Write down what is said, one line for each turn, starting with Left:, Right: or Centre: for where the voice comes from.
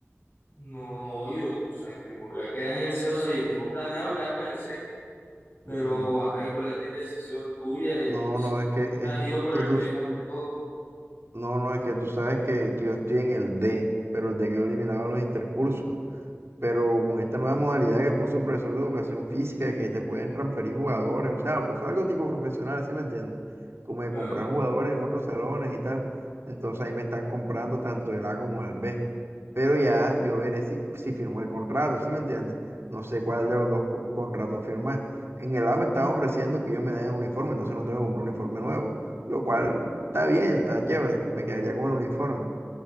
Left: No, no, yo, tú sabes que me voy a quedar en el C, E, o sea, yo tengo planeado quedarme en el C, pero,
Right: Mm,
Left: ajá, ¿y cuál es la indecisión tuya? de
Right: no,
Left: si
Right: no,
Left: tú
Right: es que,
Left: siempre
Right: es
Left: has ido por
Right: que
Left: el
Right: tú,
Left: B más que todo.
Right: no, no, es que tú sabes que, que yo estoy en el D, pero el D quedó eliminado de los intercursos. pero con esta nueva modalidad que puso el profesor de educación física, que te pueden transferir jugadores, o sea, lo puso algo tipo profesional,
Left: Ujú.
Right: ¿sí me entiendes? Como de
Left: Claro.
Right: comprar jugadores en otros salones y tal. Entonces ahí me están comprando tanto el A como el B. Pero ya yo veré si, si firmo el contrato, ¿sí me entiendes? No sé cuál de los dos co- contratos firmar. En el A me están ofreciendo que ellos me den el uniforme, entonces no tengo que comprar un uniforme nuevo, lo cual está bien, está chévere, me quedaría con el uniforme